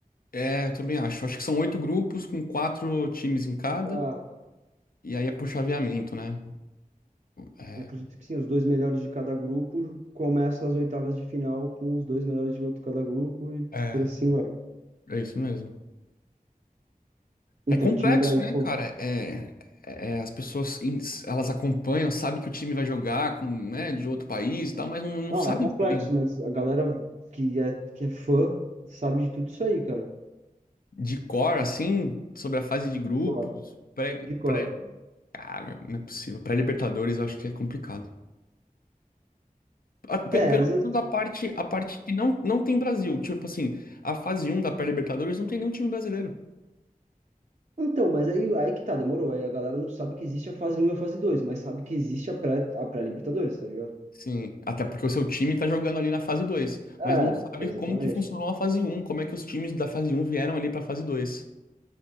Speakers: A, on the left; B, on the right.
A: é, eu também acho. Acho que são oito grupos com quatro times em cada,
B: Ah,
A: e aí é por chaveamento, né? É,
B: eu acredito que sim, os dois melhores de cada grupo começam as oitavas de final com os dois melhores de outro cada grupo e
A: é,
B: por assim vai.
A: é isso mesmo.
B: Então,
A: É complexo,
B: o time brasileiro.
A: né, cara? É, é- é, as pessoas in- elas acompanham, sabem que o time vai jogar com, né, de outro país e tal, mas não, não
B: Não,
A: sabe
B: é complexo,
A: bem
B: mas a galera que é, que é fã sabe de tudo isso aí, cara.
A: de cor, assim, sobre a fase de grupos,
B: De cor.
A: pré,
B: De cor.
A: pré, ah, não é possível. Pré-Libertadores, eu acho que é complicado. A- pe-
B: É,
A: Pelo
B: às vezes.
A: menos a parte, a parte que não, não tem Brasil. Tipo assim, a fase um da pré-Libertadores não tem nenhum time brasileiro.
B: Então, mas aí, aí que tá, demorou. Aí a galera não sabe que existe a fase um e a fase 2, mas sabe que existe a pré, a pré-Libertadores, tá ligado?
A: Sim, até porque o seu time tá jogando ali na fase 2,
B: É,
A: mas não sabe
B: exatamente.
A: como que funcionou a fase um, como é que os times da fase um vieram ali pra fase 2.